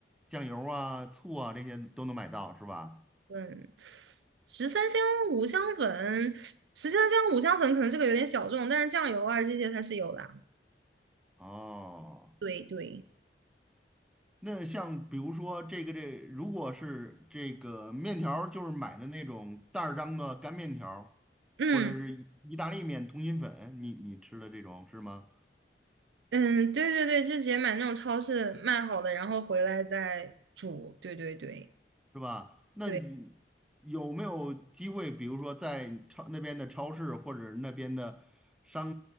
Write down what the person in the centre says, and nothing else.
酱油啊、醋啊这些都能买到，是吧？
哦，
那像比如说这个这，如果是这个面条儿就是买的那种袋儿装的干面条儿
或者是意意大利面、通心粉，你你吃的这种是吗？
是吧？那你有没有机会，
比如说在超那边的超市或者那边的商